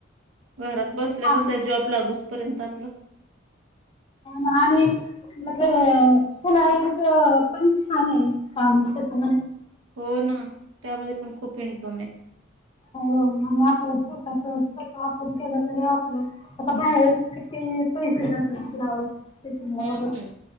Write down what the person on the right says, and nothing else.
घरात
बसल्या बसल्या जॉब लागूचपर्यंत आपलं.
हो ना त्यामध्ये पण खूप इन्कम आहे.
हम्म